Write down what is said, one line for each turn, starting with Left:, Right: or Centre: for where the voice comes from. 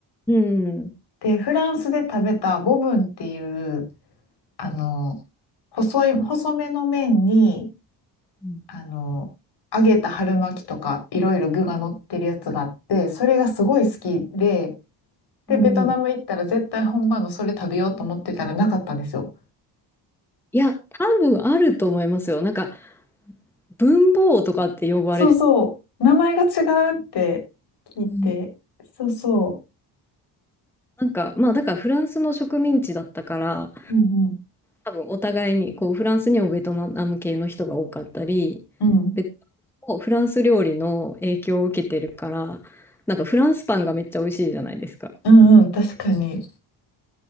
Centre: うん。
Left: で、フランスで食べたボブンっていう、あの、細い、細めの麺に、
Centre: うん、
Left: あの、揚げた春巻きとかいろいろ具が乗ってるやつがあって、それがすごい好きで、で、
Centre: うん。
Left: ベトナム行ったら絶対本場のそれ食べようと思ってたらなかったんですよ。
Centre: いや、多分あると思いますよ。なんか、文房とかって呼ばれて、
Left: そうそう。名前が違うって聞いて。
Centre: うん
Left: そうそ
Centre: なんか、まあ、だからフランスの植民地だったから、
Left: う。うんうん。
Centre: 多分お互いに、こう、フランスにもベトナム系の人が多かったり、
Left: うん。
Centre: ベトナムもフランス料理の影響を受けてるから、なんかフランスパンがめっちゃ美味しいじゃないですか。
Left: うんうん、確かに。